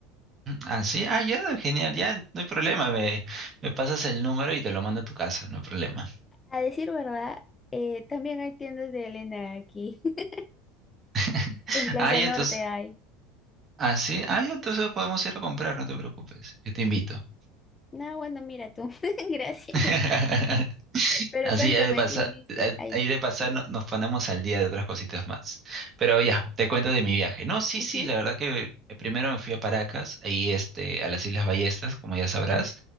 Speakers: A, on the right (about 30°); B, on the left (about 20°).
A: Ah, sí, ah, ya, genial, ya, no hay problema, me, me pasas el número y te lo mando a tu casa, no hay problema.
B: A decir verdad, eh, también hay tiendas de Elena aquí. <laughs>
A: <laughs>
B: En Plaza
A: Ah, ya,
B: Norte
A: entonces,
B: hay.
A: ah, sí, ah, ya, entonces podemos ir a comprar, no te preocupes, yo te invito.
B: No, bueno, mira tú. <laughs> Gracias.
A: <laughs>
B: Pero
A: Así
B: cuéntame,
A: hay de pasar,
B: ¿qué viste? Ay,
A: ahí de pasar no- nos ponemos al día de otras cositas más. Pero ya, te cuento de mi viaje. No, sí,
B: ujú.
A: sí, la verdad que eh, primero me fui a Paracas, ahí este, a las Islas Ballestas, como ya sabrás,